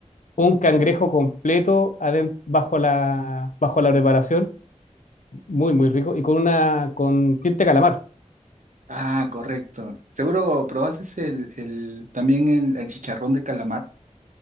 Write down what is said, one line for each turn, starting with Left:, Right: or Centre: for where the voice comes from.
Left: Un cangrejo completo aden- bajo la, bajo la preparación, muy, muy rico, y con una, con tinta de calamar.
Right: Ah, correcto. Seguro probaste el, el, también el, el chicharrón de calamar,